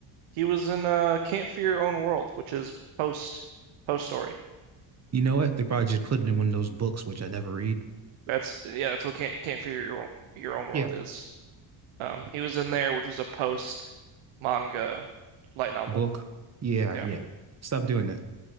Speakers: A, on the right; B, on the right.
A: He was in uh, Can't Fear Your Own World, which is post post story.
B: You know what? They probably just put it in one of those books, which I never read.
A: That's yeah, that's what Can't Can't Fear Your Own, Your Own World
B: Yeah.
A: is. Um, he was in there, which is a post manga light novel.
B: Book. Yeah,
A: Yeah.
B: yeah. Stop doing that.